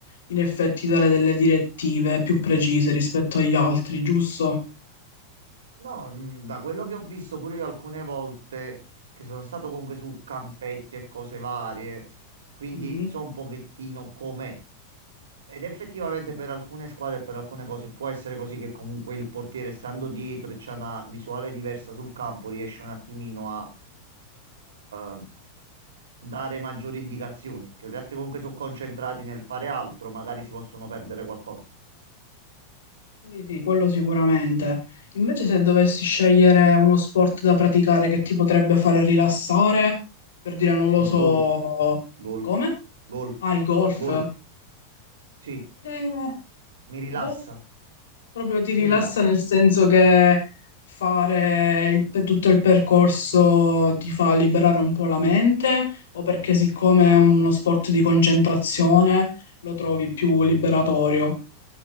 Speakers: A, on the left; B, on the right.
A: in effetti dare delle direttive più precise rispetto agli altri, giusto?
B: No, mh, da quello che ho visto pure io alcune volte che sono stato comunque su campetti e cose varie, quindi
A: Mhm.
B: so un pochettino com'è. Ed effettivamente per alcune squadre e per alcune cose può essere così che comunque il portiere stando dietro e c'ha una visuale diversa sul campo riesce un attimino a, a dare maggiori indicazioni, che gli altri comunque sono concentrati nel fare altro, magari si possono perdere qualcosa.
A: Quindi sì, quello sicuramente. Invece se dovessi scegliere uno sport da praticare che ti potrebbe fare rilassare, per dire non lo
B: Il
A: so
B: golf, golf,
A: come?
B: golf,
A: Ah, il golf.
B: golf. Sì,
A: Eh,
B: mi rilassa,
A: boh, Proprio ti rilassa
B: mi rilassa.
A: nel senso che fare il- per tutto il percorso ti fa liberare un po' la mente, o perché siccome è uno sport di concentrazione lo trovi più liberatorio?